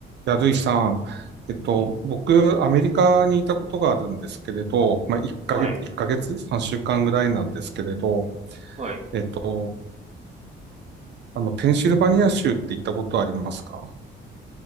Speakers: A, on the right; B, on the right.
A: いや、ルイさん、えっと、
B: はい。
A: 僕、アメリカにいたことがあるんですけれど、まあ、1ヶ月、
B: はい。
A: 1ヶ月、3週間ぐらいなんですけれど、
B: はい。
A: えっと、あの、ペンシルバニア州って行ったことありますか